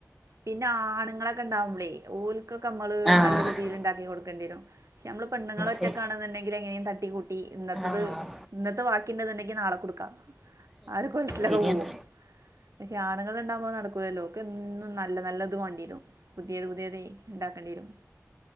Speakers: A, on the right; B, in the centre.
A: പിന്നെ ആണ്ങ്ങളൊക്കെ ഇണ്ടാവുമ്പളെ ഓല്. ക്കൊക്കെ നമ്മള്
B: ആഹ്
A: നല്ലൊരുതീല്ണ്ടാക്കി കൊടുക്കെണ്ടിയരും ക്ഷേ അമ്മള് പെണ്ണുങ്ങളൊറ്റക്കാണ്ന്നുണ്ടെങ്കിൽ
B: ശരി
A: എങ്ങനെലും തട്ടി കൂ ഈഇന്നത്തത്
B: ആഹ്
A: ഇന്നത്ത ബാക്കിണ്ട്ന്ന്ണ്ടെങ്കി നാള കൊടുക്കാം. <unintelligible>
B: ശരിയാണ്
A: പക്ഷെ ആ <unintelligible> ഉണ്ടാകുമ്പോ അത് നടക്കൂലല്ലോ ഓക്കെന്നും നല്ല നല്ലത് വാണ്ടിരും. പുതിയത് പുതിയതെയ് ഇണ്ടാക്കണ്ടീരും.